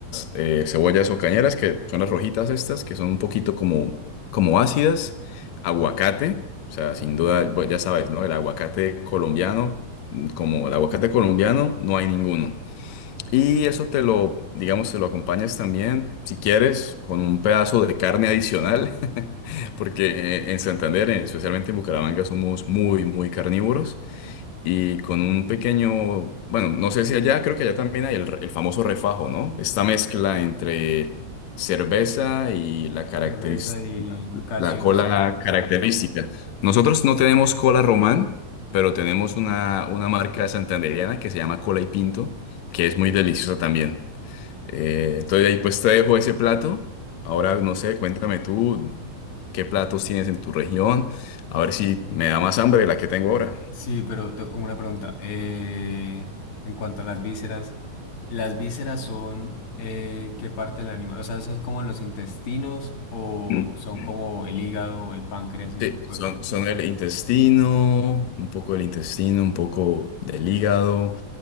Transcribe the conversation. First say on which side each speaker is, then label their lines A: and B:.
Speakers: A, on the left (about 65°); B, on the left (about 80°).
A: eh, cebollas o cañeras, que son las rojitas estas, que son un poquito como, como ácidas. Aguacate, o sea, sin duda, bueno, ya sabes, ¿no? El aguacate colombiano, mm, como el aguacate colombiano, no hay ninguno. Y eso te lo, digamos, te lo acompañas también, si quieres, con un pedazo de carne adicional, <laughs> porque eh, en Santander, eh, especialmente en Bucaramanga, somos muy, muy carnívoros. Y con un pequeño, bueno, no sé si allá, creo que allá también hay el, re- el famoso refajo, ¿no? Esta mezcla entre cerveza y la caracteris-
B: Cerveza y gaseosa
A: la cola
B: o cosas
A: característica. Nosotros no tenemos cola román, pero tenemos una, una marca santandereana que se llama Cola y Pinto, que es muy deliciosa también. Eh, entonces ahí pues te dejo ese plato. Ahora no sé, cuéntame tú qué platos tienes en tu región. A ver si
B: así.
A: me da más hambre de la que tengo ahora.
B: Sí, pero tengo una pregunta. eh, en cuanto a las vísceras, ¿las vísceras son eh, qué parte del animal? O sea, ¿eso es como los intestinos o
A: Mm.
B: son como el hígado, el páncreas, ese
A: Sí,
B: tipo
A: son,
B: de cosas?
A: son el intestino, un poco del intestino, un poco del hígado.